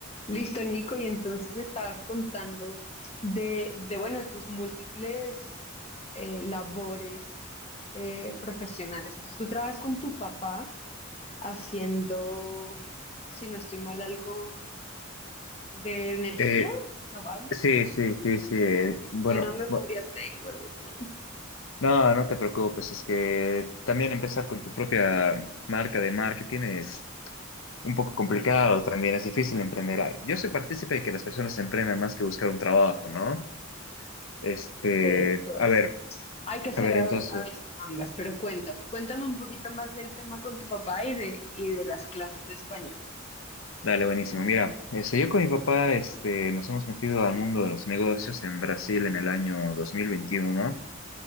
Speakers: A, on the left (about 30°); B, on the left (about 75°).
A: Listo, Nico, y entonces me estabas contando de, de bueno, de tus múltiples eh, labores eh, profesionales. Entonces, tú trabajas con tu papá haciendo, si no estoy mal, algo de energía
B: Eh,
A: renovable.
B: sí, sí, sí, sí. eh,
A: Qué
B: Bueno,
A: buena memoria
B: bu-
A: tengo, Dios mío.
B: no, no te preocupes, es que también empezar con tu propia marca de marketing es un poco complicado también, es difícil emprender. Ah, Yo soy partícipe de que las personas emprendan más que buscar un trabajo, ¿no? Este,
A: Eh, pues,
B: a ver,
A: hay que hacer
B: a ver,
A: a,
B: entonces,
A: a veces ambas, pero cuéntame, cuéntame un poquito más del tema con tu papá y de, y de las clases de español.
B: dale, buenísimo. Mira, este, yo con mi papá, este, nos hemos metido al mundo de los negocios en Brasil en el año 2021